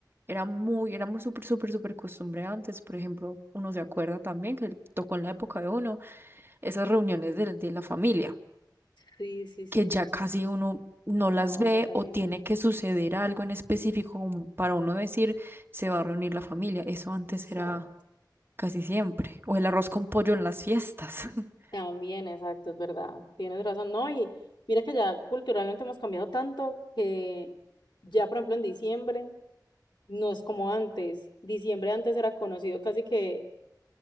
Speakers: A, on the right; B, on the left.
A: era muy, era muy súper, súper, súper costumbre antes. Por ejemplo, uno se acuerda también que tocó en la época de uno esas reuniones de, de la familia,
B: Sí, sí, sí.
A: que ya casi uno no
B: No,
A: las ve
B: ya casi
A: o tiene
B: no.
A: que suceder algo en específico como para uno decir se va a reunir la familia. Eso antes
B: Exacto.
A: era casi siempre. O el arroz con pollo en las fiestas. <laughs>
B: También, exacto, es verdad. Tienes razón, ¿no? Y mira que ya culturalmente hemos cambiado tanto que ya, por ejemplo, en diciembre no es como antes. Diciembre antes era conocido casi que